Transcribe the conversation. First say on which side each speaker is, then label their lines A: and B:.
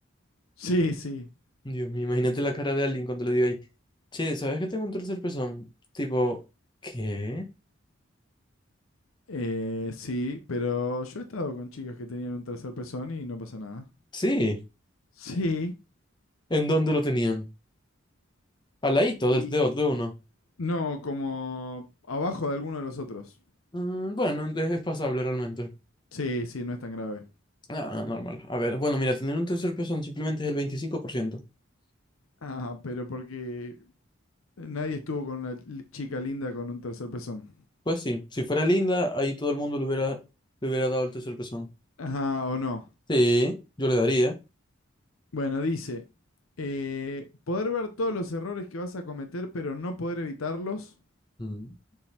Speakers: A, on the left (about 85°); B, on the left (about 20°).
A: Sí, sí.
B: Dios mío, imagínate la cara de alguien cuando le diga ahí, che, ¿sabes que tengo un tercer pezón? Tipo, ¿qué?
A: Eh, sí, pero yo he estado con chicas que tenían un tercer pezón y no pasa nada.
B: Sí,
A: Sí.
B: ¿en dónde lo tenían? Al ladito
A: Y
B: del de, de uno.
A: no, como abajo de alguno de los otros.
B: "Mm, bueno, es, es pasable realmente.
A: Sí, sí, no es tan grave.
B: Ah, normal. A ver, bueno, mira, tener un tercer pezón simplemente es el 25%.
A: Ah, pero porque nadie estuvo con una li- chica linda con un tercer pezón.
B: Pues sí, si fuera linda, ahí todo el mundo le hubiera, le hubiera dado el tercer pezón.
A: Ajá, o no.
B: Sí, yo le daría.
A: Bueno, dice, eh, poder ver todos los errores que vas a cometer, pero no poder evitarlos.
B: Mm.